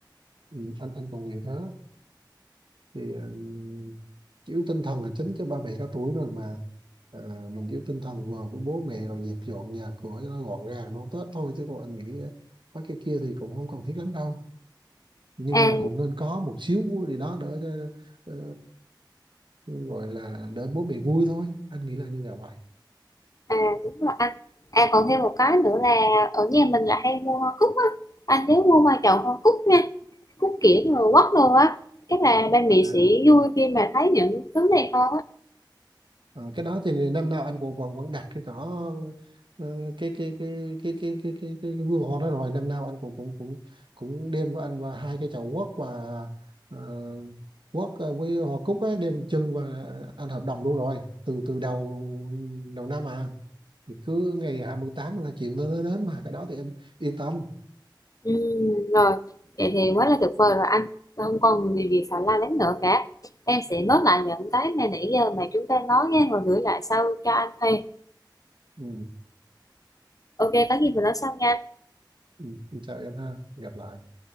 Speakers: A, on the right; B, on the left.
A: ừ, anh anh còn nghĩ thế thì uh, chỉ yếu tinh thần là chính cho ba mẹ có tuổi rồi mà Ờ, mình yếu tinh thần vừa với bố mẹ rồi dẹp dọn nhà cửa cho nó gọn gàng nó Tết thôi chứ còn anh nghĩ ờ, mấy cái kia thì cũng không cần thiết lắm đâu nhưng
B: À,
A: mà cũng nên có một xíu vui gì đó để ờ, ờ, gọi là để bố mẹ vui thôi anh nghĩ là như là vậy
B: à đúng rồi anh. À còn thêm một cái nữa là ở nhà mình là hay mua hoa cúc á. Anh nhớ mua vài chậu hoa cúc nha. Cúc kiểng rồi quất đồ á. Chắc là ba mẹ
A: à,
B: sẽ
A: ừ.
B: vui khi mà thấy những thứ này hơn á.
A: Ờ, cái đó thì năm nào anh cũng vẫn vẫn đặt cái cỏ ờ, cái cái cái cái cái cái cái cái, cái vườn hoa đó rồi năm nào anh cũng cũng cũng cũng đem với anh và hai cái chậu quất và uh, quất ờ, với hoa cúc ấy đem chân và anh hợp đồng luôn rồi từ từ đầu đầu năm à thì cứ ngày 28 là chuyện nó đến đến mà cái đó thì em yên tâm
B: Ừ, rồi. Vậy thì quá là tuyệt vời rồi anh. Không còn điều gì phải lo lắng nữa cả. Em sẽ nốt lại những cái mà nãy giờ mà chúng ta nói nha. Rồi gửi lại sau cho anh thôi.
A: ừ,
B: Ok, có gì mình nói sau nha.
A: ừ, chào em ha gặp lại